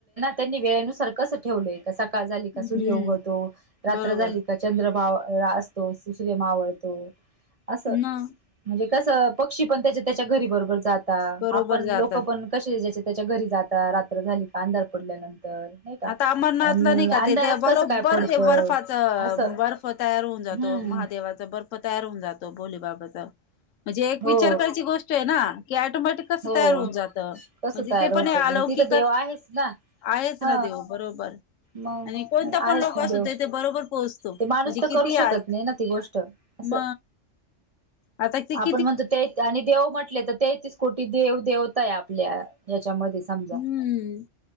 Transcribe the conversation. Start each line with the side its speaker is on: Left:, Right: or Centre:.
Right: त्यांनी वेळेनुसार कस ठेवलंय का सकाळ झाली
Left: हम्म
Right: का सूर्य उगवतो रात्र
Left: बरोबर
Right: झाली का चंद्रभाव असतो दशले मावळतो असं
Left: न
Right: म्हणजे तसं पक्षी पण त्याच्या त्याच्या घरी बरोबर जाता
Left: बरोबर
Right: आपण
Left: जातात
Right: लोक पण कसे त्याच्या त्याच्या घरी जात रात्र झाली अंधार पडल्यानंतर नाही का
Left: आता अमरनाथला
Right: आणि
Left: नाही का
Right: अंधारच
Left: ते ते बरोबर
Right: कसं काय पडतं
Left: ते बर्फाच
Right: असं
Left: बर्फ तयार होऊन जातो
Right: हम्म
Left: महादेवाचा बर्फ तयार होऊन जातो भोलेबाबाच म्हणजे एक
Right: हो
Left: विचार करायची गोष्ट आहे ना की टोमॅटिक कसं
Right: हो
Left: तयार होऊन जातं
Right: कसं
Left: म्हणजे
Right: तयार
Left: ते
Right: होतं
Left: पण अलौकिक
Right: मग तिथं देव आहेच ना
Left: आहेच
Right: ह
Left: ना देव बरोबर
Right: मग
Left: आणि कोणता
Right: मग
Left: पण
Right: आहेच
Left: लोक
Right: ना
Left: असूत
Right: देव
Left: ते बरोबर पोहोचतो म्हणजे
Right: ते माणूस तर
Left: किती
Right: करू
Left: आळ
Right: शकत नाही ना ती गोष्ट असं
Left: म आता कि
Right: आपण म्हणतो तेच आणि देव म्हण टले तर तेहतीस कोटी देव देवताय आपल्या याच्यामध्ये समजा
Left: हम्म